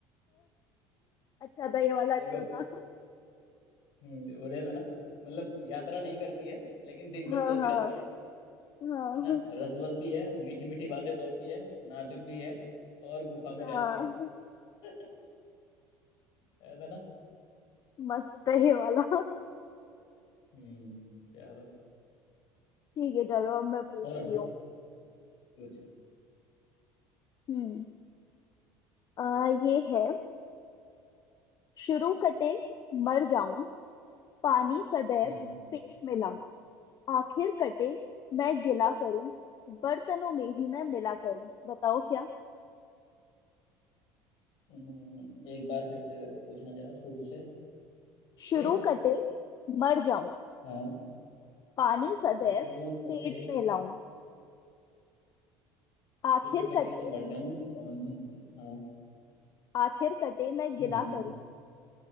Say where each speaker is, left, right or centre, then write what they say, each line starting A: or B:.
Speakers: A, on the left (about 45°); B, on the left (about 65°).
A: अच्छा था ये वाला अच्छा
B: देखो
A: था
B: हम्म बढ़िया था ना मतलब यात्रा नहीं करती है लेकिन दिन
A: हाँ
B: भर चलती
A: हाँ
B: रहती है
A: हाँ
B: है ना रसवंती है मीठी मीठी बातें बोलती है नाजुक भी है और गुफा में
A: हाँ
B: रहती है <laughs> है था ना
A: मस्त है ये वाला
B: हम्म चलो
A: ठीक है चलो अब मैं पूछती
B: और
A: हूँ
B: पूछो
A: हम्म आ, ये है शुरू कटे मर जाऊं पानी सदैव
B: हम्म
A: पेट में आखिर कटे मैं गिला करूं बर्तनों में ही मैं मिला करूं बताओ क्या
B: हम्म, एक बार फिर से पूछना जरा शुरू से
A: शुरू
B: ए,
A: कटे मर जाऊं
B: हाँ
A: पानी सदैव
B: अच्छा शुरू करते
A: पेट में लाऊं आखिर
B: शुरू कटे
A: कटे
B: तो मर जाऊं पानी से दे- हाँ
A: आखिर कटे मैं गिला
B: हम्म हम्म।
A: करूं